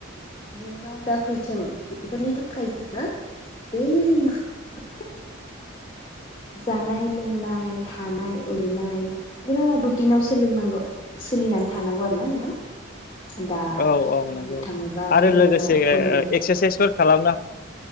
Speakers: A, on the left (about 25°); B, on the left (about 45°).
A: इयुनाव दाफैथों बेफोरनि थाखाय जोङो दैलि मा <unintelligible> जानाय, लोंनाय, हानाय, उरुनाय बिराद रुटिनाव सोलोंनांगौ। सोलिनानै थानांगौ आरो ना नोंथां। दा
B: औ औ
A: बुंनो
B: नंगौ
A: थाङोबा
B: आरो
A: जोङो
B: लोगोसे
A: उन्दुबाय
B: एक्सारसाइसफोर खालाम